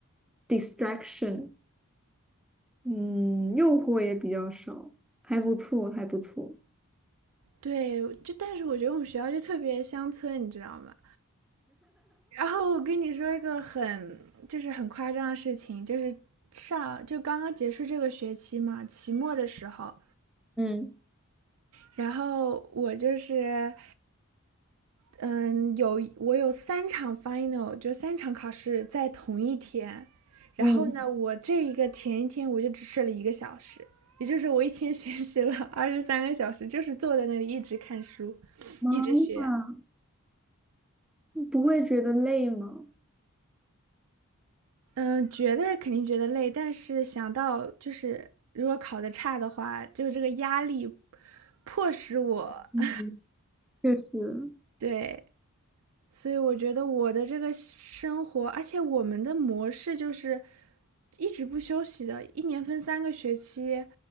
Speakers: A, in the centre; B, on the right.
A: distraction。嗯，诱惑也比较少，还不错，还不错。
B: 对，就但是我觉得我们学校就特别乡村，你知道吗？然后我跟你说一个很就是很夸张的事情，就是上就刚刚结束这个学期嘛，期末的时候，
A: 嗯
B: 然后我就是嗯有我有三场 final，就三场考试在同一天，然后呢，
A: 嗯
B: 我这一个前一天我就只睡了一个小时。也就是我一天 <laughs> 学习了二十三个小时，就是坐在那里一直看书，
A: 妈呀，
B: 一直学。
A: 不会觉得累吗？
B: 嗯，觉得肯定觉得累，但是想到就是如果考的差的话，就这个压力迫使我
A: 嗯，
B: <laughs>
A: 确实，
B: 对，所以我觉得我的这个生活，而且我们的模式就是一直不休息的，一年分三个学期，